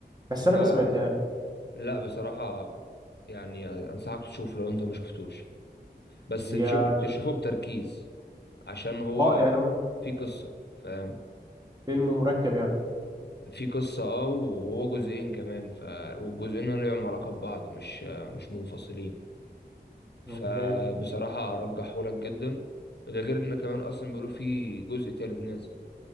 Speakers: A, on the right; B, on the left.
A: بس انا
B: انا
A: ما سمعتهاش
B: لا بصراحة يعني انصحك تشوفه لو انت ما شفتوش بس
A: هي
B: تشو... تشوفه بتركيز عشان هو
A: اه يعني هو
B: في قصة فاهم
A: فيلم مركب يعني
B: في قصة اه وهو جزئين كمان ف... والجزئين لهم علاقة ببعض مش مش منفصلين فبصراحة
A: اوكي
B: أرجحه لك جدا ده غير إن كمان أصلا بيقولوا فيه جزء تالت نازل